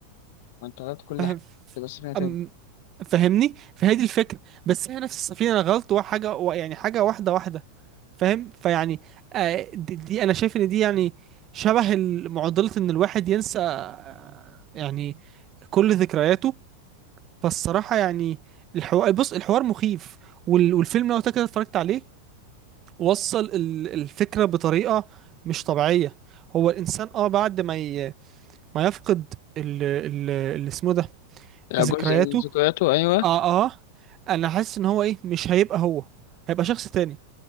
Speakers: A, on the left; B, on the right.
A: وانت غلط كل
B: فاهم
A: حاجه بس فيها تاني
B: أم فاهمني فهذه الفكرة بس هي نفس السفينة انا غلط وحاجة و- يعني حاجة واحدة واحدة فاهم فيعني آه، دي, دي انا شايف ان دي يعني شبه ال- معضلة ان الواحد ينسى آه، يعني كل ذكرياته فالصراحة يعني الحوار بص الحوار مخيف وال... والفيلم لو كده اتفرجت عليه وصل ال... الفكرة بطريقة مش طبيعية هو الإنسان اه بعد ما ي... ما يفقد ال... ال... اللي اسمه ده ذكرياته
A: جزء من ذكرياته ايوه
B: اه اه انا حاسس ان هو ايه مش هيبقى هو هيبقى شخص تاني